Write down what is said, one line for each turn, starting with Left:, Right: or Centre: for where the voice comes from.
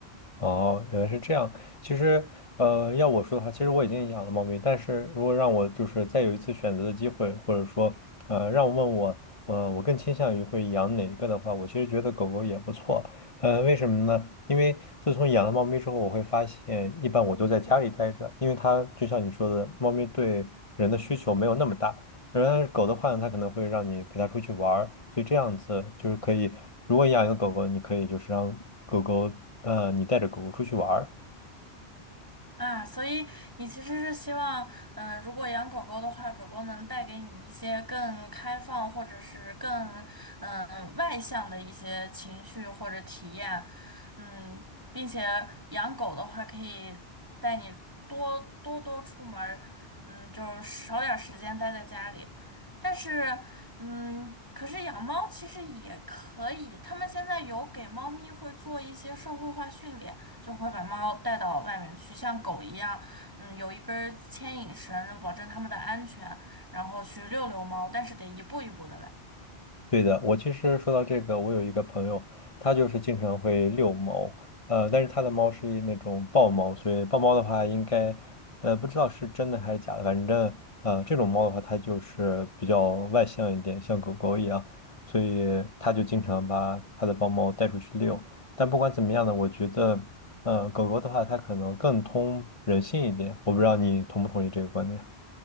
Left: 哦，原来是这样。其实，呃，要我说的话，其实我已经养了猫咪，但是如果让我就是再有一次选择的机会，或者说，呃，让我问我，呃，我更倾向于会养哪一个的话，我其实觉得狗狗也不错。呃，为什么呢？因为自从养了猫咪之后，我会发现，一般我都在家里待着，因为它就像你说的，猫咪对人的需求没有那么大。然后狗的话呢，它可能会让你陪它出去玩儿，所以这样子就是可以，如果养一个狗狗，你可以就是让狗狗，呃，你带着狗狗出去玩儿，
Right: 啊，所以你其实是希望，嗯，如果养狗狗的话，狗狗能带给你一些更开放或者是更嗯外向的一些情绪或者体验，嗯，并且养狗的话可以带你多多多出门儿，嗯，就是少点儿时间待在家里。但是，嗯，可是养猫其实也可以，他们现在有给猫咪会做一些社会化训练。就会把猫带到外面去，像狗一样，嗯，有一根儿牵引绳，就保证它们的安全，然后去遛遛猫，但是得一步一步的来。
Left: 对的，我其实说到这个，我有一个朋友，他就是经常会遛猫，呃，但是他的猫是一那种豹猫，所以豹猫的话，应该，呃，不知道是真的还是假的，反正，呃，这种猫的话，它就是比较外向一点，像狗狗一样，所以他就经常把他的豹猫带出去遛。但不管怎么样呢，我觉得，呃，狗狗的话，它可能更通人性一点，我不知道你同不同意这个观点。